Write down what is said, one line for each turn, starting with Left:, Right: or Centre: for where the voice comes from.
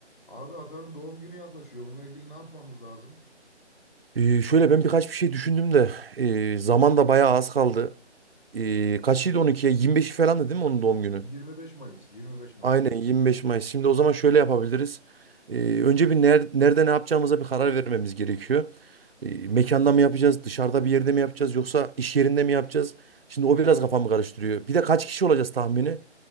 Left: Abi Atan'ın doğum günü yaklaşıyor. Bununla ilgili ne yapmamız lazım?
Right: Ee, şöyle ben birkaç bir şey düşündüm de ee, zaman da bayağı az kaldı. Ee, kaçıydı 12'ye? 25'i falandı değil mi onun doğum günü?
Left: 25 Mayıs, 25 Mayıs.
Right: Aynen 25 Mayıs. Şimdi o zaman şöyle yapabiliriz. Ee, önce bir ner- nerede ne yapacağımıza bir karar vermemiz gerekiyor. Ee, mekanda mı yapacağız, dışarıda bir yerde mi yapacağız yoksa iş yerinde mi yapacağız? Şimdi o biraz kafamı karıştırıyor. Bir de kaç kişi olacağız tahmini